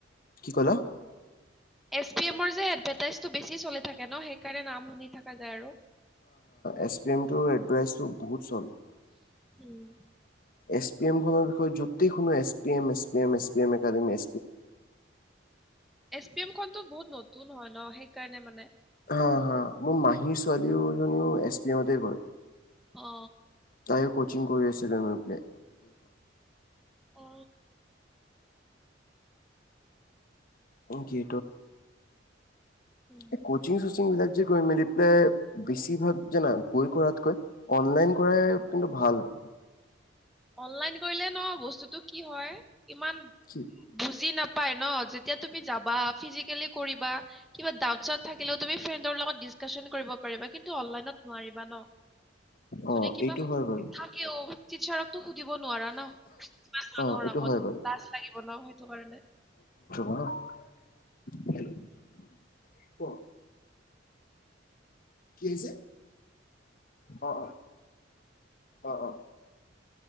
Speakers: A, on the left; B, in the centre.
A: কি কলা।
B: এ পি এমৰ যে এডভাৰটাইজটো বেছি চলি থাকে ন সেইকাৰণে নাম শুনি থকা যায় আৰু
A: S P M এডফাইচ S P এমখনৰ
B: um,
A: বিষয়ে Jyoti S P M S P M S P academy.
B: S P M খনতো বহুত নতুন হয় ন সেইকাৰণে মানে।
A: হ
B: এডভাৰটাইজ।
A: হা মোৰ মাহীৰ ছোৱালীওজনীও এছ পি এমতে কৰে।
B: অ
A: তাইও কচিং কৰি আছিল অলপতে
B: অ।
A: কিং
B: উম।
A: এই কচিং চচিং বিলাক যে গৈ মেলি। বেছিভাগ জানা গৈ কৰাতকৈ অনলাইন কৰাই কিন্তু ভাল হয়।
B: অনলাইন কৰিলে ন বস্তুতটো কি হয় ইমান
A: কি
B: বুজি নাপায় প ন যেতিয়া তুমি যাবা ফিজিকেলি কৰিবা, কিবা ডাউট চাউট থাকিলেও তুমি ফ্ৰেণ্ডৰ লগত ডিচকাচন কিন্তু অনলাইনত নোৱাৰিবা ন?
A: অ
B: যদি কিবা
A: এইটো হয় বাৰু
B: থাকেও টিচাৰ সুধিব নোৱাৰা ন কিমান মানুহৰ
A: অ এইটো
B: আগত
A: হয় বাৰু
B: লাজ লাগিব ন সেইটো কাৰণে
A: অ ক কি হৈছে? অ অ অ অ।